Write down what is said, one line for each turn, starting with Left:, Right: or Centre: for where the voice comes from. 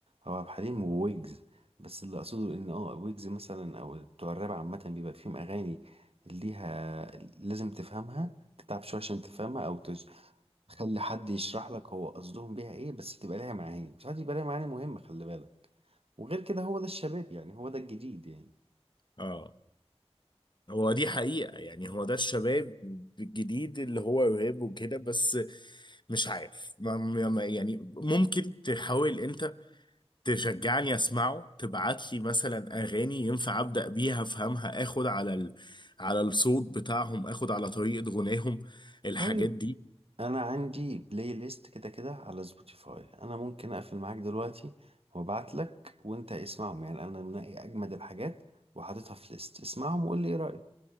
Right: او عبد الحليم وويجز بس اللي اقصده ان اه ويجز مثلا او بتوع الراب عامة بيبقى فيهم اغاني ليها لازم تفهمها تتعب شوية عشان تفهمها او تج... تخلي حد يشرح لك هو قصدهم بيها ايه بس تبقى ليها معاني ساعات يبقى ليها معاني مهمة خلي بالك وغير كده هو ده الشباب يعني هو ده الجديد يعني
Left: اه هو دي حقيقة يعني هو ده الشباب الجديد اللي هو يهاب وكده بس مش عارف ما ما- ما- يعني ممكن تحاول انت تشجعني اسمعه تبعت لي مثلا اغاني ينفع ابدا بيها افهمها اخد على ال... على الصوت بتاعهم اخد على طريقة غناهم الحاجات
Right: طيب
Left: دي
Right: انا عندي بلاي ليست كده كده على سبوتيفاي انا ممكن اقفل معاك دلوقتي وابعت لك وانت اسمعهم يعني انا منقي اجمد الحاجات وحاططها في ليست اسمعهم وقول لي ايه رايك